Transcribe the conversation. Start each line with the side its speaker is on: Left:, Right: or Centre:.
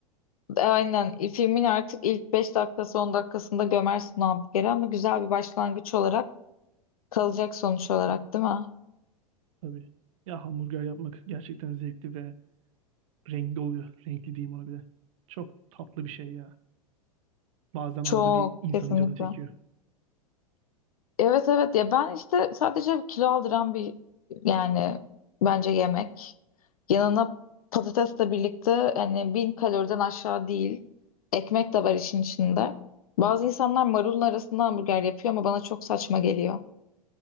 Left: E, Aynen. E, Filmin artık ilk 5 dakikası 10 dakikasında gömersin o hamburgeri ama güzel bir başlangıç olarak kalacak sonuç olarak değil mi?
Right: tabii. Ya hamburger yapmak gerçekten zevkli ve renkli oluyor. Renkli diyeyim ona bile. Çok tatlı bir şey ya. Bazen
Left: Çok
Right: arada bir insanın
Left: kesinlikle.
Right: canı çekiyor.
Left: Evet evet ya ben işte sadece kilo aldıran bir yani bence yemek. Yanına patatesle birlikte hani 1000 kaloriden aşağı değil. Ekmek de var işin içinde. Bazı insanlar marulun arasında hamburger yapıyor ama bana çok saçma geliyor.